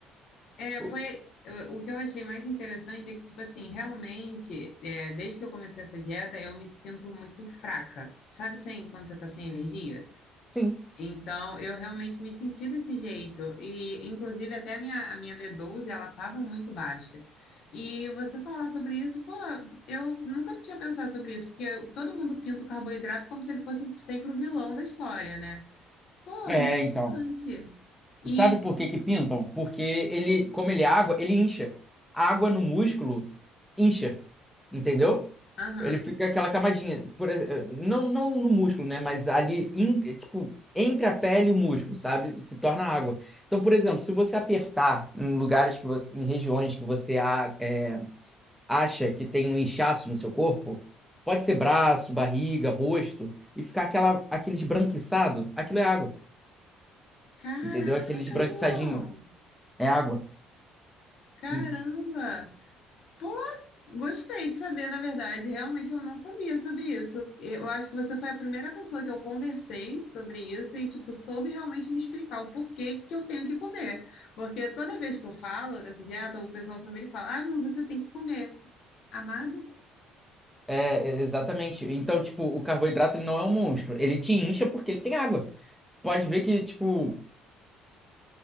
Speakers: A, on the left (about 55°); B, in the centre.
A: É,
B: O-
A: foi o o que eu achei mais interessante é que, tipo assim, realmente, é, desde que eu comecei essa dieta, eu me sinto muito fraca. Sabe assim, quando você tá sem energia?
B: Sim.
A: Então, eu realmente me senti desse jeito. E, inclusive, até a minha, a minha b doze ela tava muito baixa. E você falar sobre isso, pô, eu nunca tinha pensado sobre isso, porque todo mundo pinta o carboidrato como se ele fosse sempre o vilão da história, né? Pô,
B: É,
A: interessante.
B: então.
A: E,
B: Sabe por que que pintam? Porque ele, como ele é água, ele incha. A água no músculo incha, entendeu?
A: aham.
B: Ele fica aquela camadinha, por ex- eh, não, não no músculo, né? Mas ali, em- eh, tipo, entre a pele e o músculo, sabe? Se torna água. Então, por exemplo, se você apertar em lugares que você, em regiões que você a- eh, acha que tem um inchaço no seu corpo, pode ser braço, barriga, rosto, e ficar aquela, aquele esbranquiçado, aquilo é água,
A: Caraca,
B: entendeu? Aquele esbranquiçadinho
A: João!
B: é água.
A: Caramba!
B: Em-
A: Pô, gostei de saber, na verdade. Realmente eu não sabia sobre isso. Eu acho que você foi a primeira pessoa que eu conversei sobre isso e, tipo, soube realmente me explicar o porquê que eu tenho que comer. Porque toda vez que eu falo dessa dieta, o pessoal sempre fala: ah, mas você tem que comer. Amado?
B: É, exatamente. Então, tipo, o carboidrato ele não é um monstro. Ele te incha porque ele tem água. Pode ver que, tipo,